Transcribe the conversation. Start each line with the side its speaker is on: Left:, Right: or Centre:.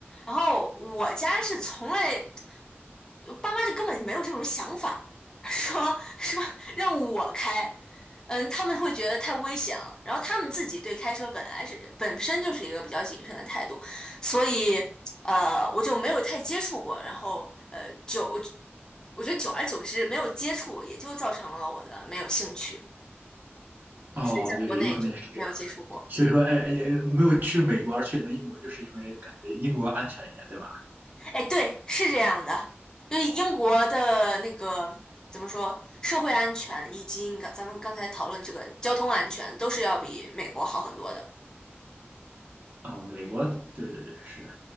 Left: 然后我家是从来我爸妈就根本没有这种想法，<laughs> 说是吧？让我开，嗯，他们会觉得太危险了。然后他们自己对开车本来是本身就是一个比较谨慎的态度，所以呃，我就没有太接触过。然后呃，久，我觉得久而久之没有接触，也就造成了我的没有兴趣，
Right: 哦，
Left: 所以在国内就没有接触过。
Right: 对，有可能也是这样。所以说，
Left: 嗯。
Right: 哎，哎也没有去美国，而去了英国，就是因为感觉英国安全一点，对吧？
Left: 哎，对，是这样的，就是英国的那个怎么说，社会安全以及你刚咱们刚才讨论这个交通安全，都是要比美国好很多的。
Right: 啊，美国，对对对，是的。